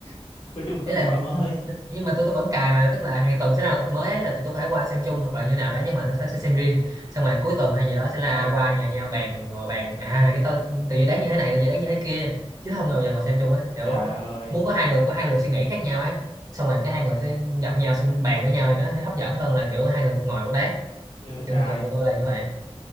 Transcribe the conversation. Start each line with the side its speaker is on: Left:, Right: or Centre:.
Left: <laughs> coi chung thì
Right: ý
Left: sao
Right: là
Left: nói ông ơi
Right: nhưng mà tôi tôi vẫn cài mà tức là hàng tuần sẽ ra một tập mới ấy, là tôi tôi có thể qua xem chung hoặc là như nào đấy nhưng mà tôi sẽ, sẽ xem riêng xong rồi cuối tuần hay gì đó sẽ là
Left: ờ
Right: qua nhà nhau bàn ngồi bàn à cái tôi từ dự đoán như thế này tôi dự đoán như thế kia chứ không bao giờ ngồi xem chung ấy kiểu
Left: trời ơi
Right: muốn có hai người có hai luồng suy nghĩ khác nhau ấy xong rồi cái hai người sẽ gặp nhau xong bàn với nhau thì nó sẽ hấp dẫn hơn là kiểu hai người ngồi ở đấy
Left: ghê vậy trời
Right: kiểu thường thường của tôi là như vậy